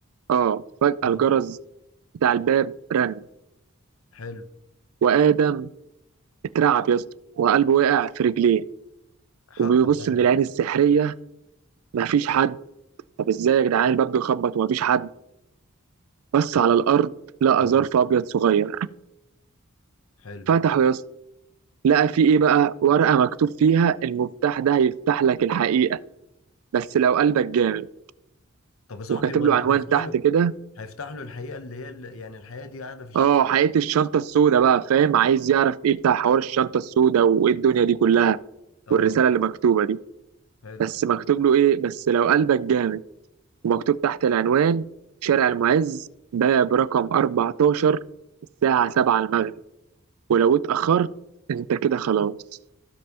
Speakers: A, on the right; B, on the left.
A: آه فجأة الجرس
B: أه
A: بتاع الباب رن
B: حلو
A: وآدم اترعب يا اسطى وقلبه وقع في رجليه
B: حقه
A: وبيبص
B: صح
A: من العين السحرية مفيش حد طب ازاي يا جدعان الباب بيخبط ومفيش حد بص
B: هو
A: على الأرض لقى
B: اه
A: ظرف أبيض صغير
B: حلو
A: فتحه يا اسطى لقى فيه إيه بقى ورقة مكتوب فيها المفتاح ده هيفتح لك الحقيقة بس لو قلبك جامد
B: طب يا صاحبي
A: وكاتب
B: هو اللي
A: له عنوان
B: هيفتح
A: تحت
B: له
A: كده
B: هيفتح له الحقيقه اللي هي اللي يعني الحقيقه دي قاعده في الشنطه
A: اه حقيقة الشنطة السوداء بقى فاهم عايز يعرف ايه بتاع حوار الشنطة السوداء وايه الدنيا دي كلها
B: اه
A: والرسالة اللي مكتوبة دي
B: حلو
A: بس مكتوب له ايه بس لو قلبك جامد ومكتوب تحت العنوان شارع المعز ده برقم 14 الساعة 7 المغرب ولو اتأخرت انت كده خلاص